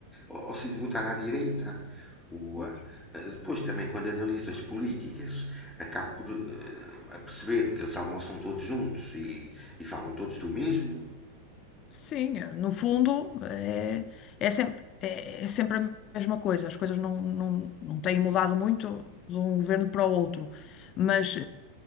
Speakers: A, in the centre; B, on the left.
A: ou, ou sei de votar à direita. O,
B: pois.
A: eh, depois também quando analiso as políticas, acabo por eh, perceber me que eles almoçam todos juntos e, e falam todos do mesmo.
B: Sim, eh, no fundo é, é sempre, é, é sempre a mesma coisa. As coisas não, não, não têm mudado muito de um governo para o outro. Mas